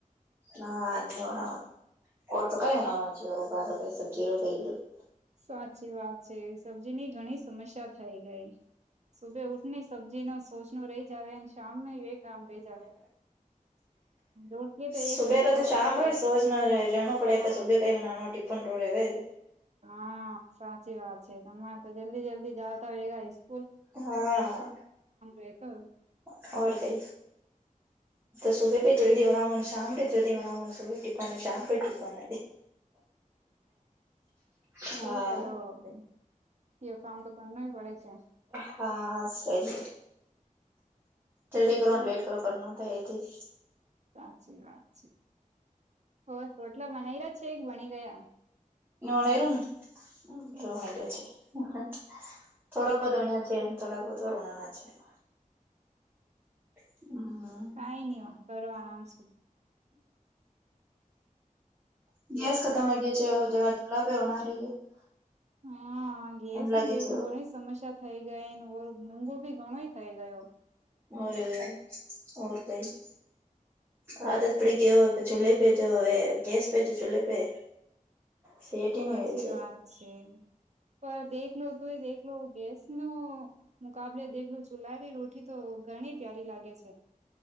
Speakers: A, on the right; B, on the right.
A: હા નર તો કઈ હો બાર કઈ સબજી રો કઈ બિલકુલ.
B: સાચી વાત છે સબ્જીની ઘણી સમસ્યા થઈ ગઈ, સુબે ઉઠને સબ્જી ન સોચ ન રહી જ આવે અને શામ ન એ કામ રહી જ આવે. રોટલી તો
A: સુબે
B: એક ફિક્સ
A: ર તો
B: હોય
A: શામ
B: છે
A: ર સ ના રહે પડે
B: હા
A: સુબે કઈ નાનોટી પંદરું રહેવેજ.
B: હા સાચી વાત છે તમારે તો જલ્દી જલ્દી જાવ તો વેલા આવીશું
A: હા
B: રેતો
A: તો શ સુભ બ <unintelligible> જલ્દી ઉણાાવ સાામરે જલ્દી ઉનાાવન ટીપને સાામરે ટપાન હા
B: હ એ કરો હવે, એવ કામ તો કરનુંય પડે છે.
A: હા, સહી રેડી કરો
B: ઓર
A: લેટ કરો. કર ન થાય એ થ.
B: સાચી વાત છે હો રોટલા બનાઈ રહ્યા છે એક ભણી ગયા?
A: વણર ન તોણર
B: અચ્છા
A: થોડા બધ વણી્યા છે એ <inaudible> <unintelligible> થોડા બહુત વરોણ ના છે <unintelligible> હમ
B: કઈ નહી કરો આરામ સુ
A: ગેસ ખતમ હોય છેવા નાજ <unintelligible>
B: હા ગેસ
A: લાગે
B: ની દેખલું
A: છે
B: ઘણી સમસ્યા થઈ ગઈ ઓર મોૂઘો ભી ઘણો થઇ ગયો
A: હોરેર કઈ <unintelligible> હાદત પડી ગયો હોય ચૂલે ભેજેય ગેસ ભેજે ચૂલ્ પે <unintelligible> સેટ હી
B: સાચી
A: નહી હોય છે
B: વાત છે પણ દેખ નતું દેખ <unintelligible> ગેસ નો મુકાબલે દેખલું ચુલાારી રોટી તો ઘણી પ્યારી લાગે છે <unintelligible> <inaudible>